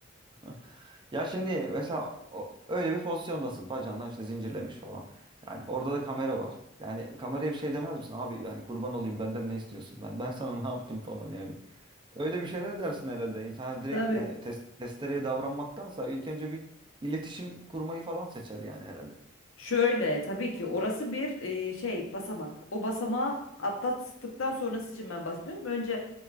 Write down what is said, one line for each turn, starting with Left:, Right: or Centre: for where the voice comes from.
Right: <laughs> Ya şimdi mesela o- öyle bir pozisyondasın. Bacandan işte zincirlemiş falan. Yani orada da kamera var. Yani kameraya bir şey demez misin? Abi yani kurban olayım benden ne istiyorsun? Ben ben sana <laughs> ne yaptım falan yani. Öyle bir şeyler dersin herhalde. İnsan
Left: <laughs>
Right: hani direkt
Left: Tabii.
Right: yani tes- testereye davranmaktansa ilk önce bir iletişim kurmayı falan seçer yani herhalde.
Left: Şöyle tabii ki orası bir e, şey basamak. O basamağı atlattıktan sonrası için ben bahsediyorum. Önce